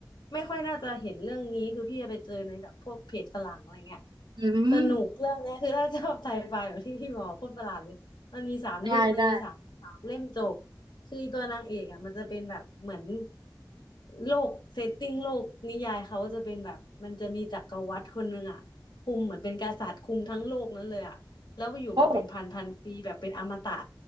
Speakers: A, on the left; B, on the right.
A: ไม่ค่อยน่าจะเห็นเรื่องนี้คือพี่ไปเจอในแบบพวกเพจฝรั่งอะไรเงี้ย
B: อืม
A: สนุกเรื่องเนี้ยคือถ้าชอบไซไฟแบบที่พี่บอกโคตรประหลาดเลยมันมีสามเรื่องมันมีสามสามเล่มจบ
B: ได้ได้
A: คือตัวนางเอกอ่ะมันจะเป็นแบบเหมือนโลกเซตติ้งโลกนิยายเขาจะเป็นแบบมันจะมีจักรวรรดิคนหนึ่งอ่ะคุมเหมือนเป็นกษัตริย์คุมทั้งโลกนั้นเลยอ่ะแล้วอยู่มาเป็นพันพันปีแบบเป็นอมตะ
B: โอ้